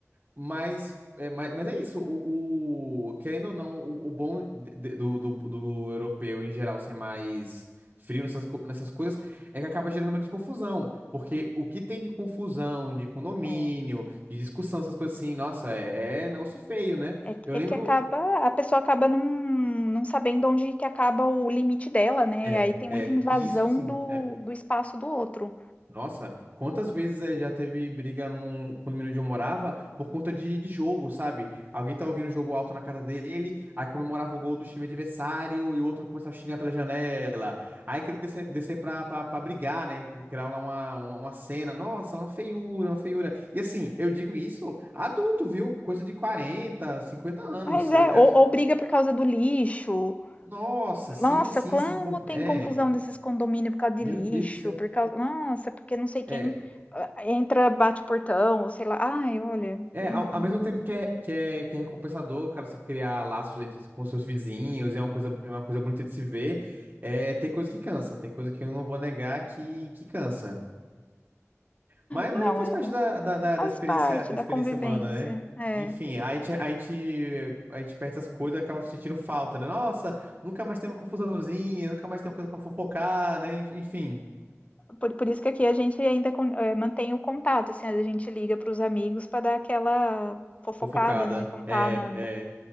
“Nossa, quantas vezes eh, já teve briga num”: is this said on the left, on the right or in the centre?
Right